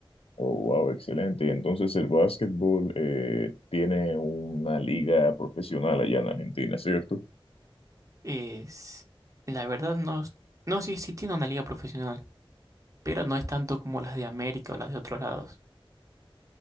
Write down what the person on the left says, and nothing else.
Oh, wow, excelente. Y entonces el básquetbol eh, tiene una liga profesional allá en Argentina, ¿cierto?